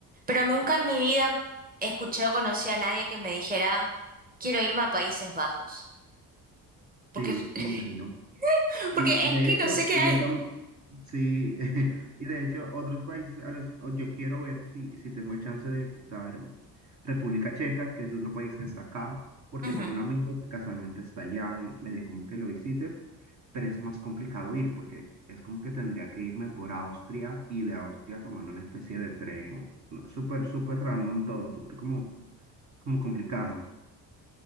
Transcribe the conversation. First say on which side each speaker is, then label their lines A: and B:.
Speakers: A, on the right; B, on the right.
A: pero nunca en mi vida escuché o conocí a nadie que me dijera... Quiero irme a Países Bajos. Porque,
B: Sí,
A: <laughs>
B: me imagino. Y
A: porque
B: de
A: es que
B: hecho,
A: no sé qué
B: yo
A: hay.
B: también, sí, <laughs> y de hecho, otros países a los que o yo quiero ver si, si tengo el chance de visitar República Checa, que es otro país que está acá, porque
A: Ujú.
B: tengo un amigo que casualmente está allá y me dio como que lo visite, pero es más complicado ir porque es como que tendría que irme por Austria y de Austria tomar una especie de tren, o- no, súper, súper random todo, súper como, como complicado,